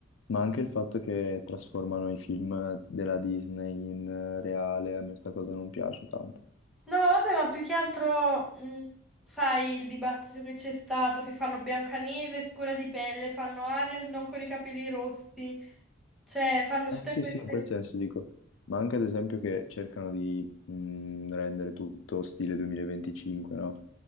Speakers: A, on the left; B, in the centre.
A: Ma anche il fatto che trasformano i film della Disney in eh, reale, a me sta cosa non piace tanto.
B: No, vabbè, ma più che altro, mh, sai, il dibattito che c'è stato, che fanno Biancaneve scura di pelle, fanno Ariel non con i capelli rossi, cioè fanno
A: Eh,
B: tutte
A: sì,
B: queste...
A: sì, in quel senso dico. Ma anche ad esempio che cercano di mh, rendere tutto stile 2025, no?